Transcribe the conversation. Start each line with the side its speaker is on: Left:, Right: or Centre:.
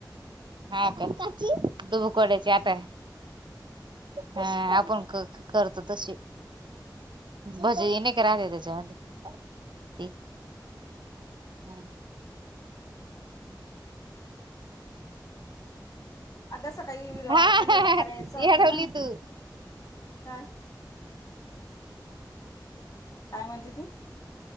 Right: हा का दुबुकवड्या ची आता. हा आपण कर-करतो तशी. भजे नही का राहत्यां त्याच्यामध्ये ते. ह!
Left: <inaudible> आगं सकाळी
Right: हा
Left: त्यांना डब्बा द्यायचा
Right: येडवली
Left: होता ना
Right: तू
Left: काय. काय म्हणते ती